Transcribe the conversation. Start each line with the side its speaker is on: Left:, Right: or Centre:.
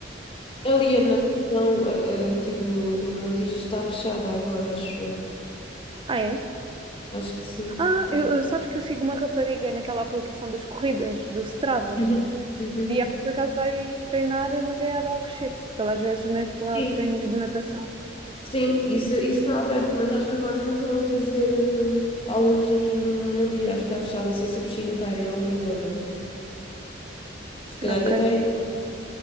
Left: ali a natação a- a- aqui do, do Montijo está fechada agora, acho eu.
Right: Ah, é?
Left: Acho que sim.
Right: Ah,
Left: Acho.
Right: eu, eu- sabes que eu sigo uma rapariga naquela aplicação das corridas, do Strava,
Left: Uhum. Uhum.
Right: e ela por acaso vai treinar, mas é a dar o cochete. Ela às vezes mete lá
Left: Sim,
Right: treinos de natação.
Left: Sim, isso isso está aberto, mas acho que agora não estão a fazer eh, aulas aqui no, no Mandiri, acho que está fechado, não sei se a piscina está em obras ou não. Se calhar
Right: Ok.
Left: até está em...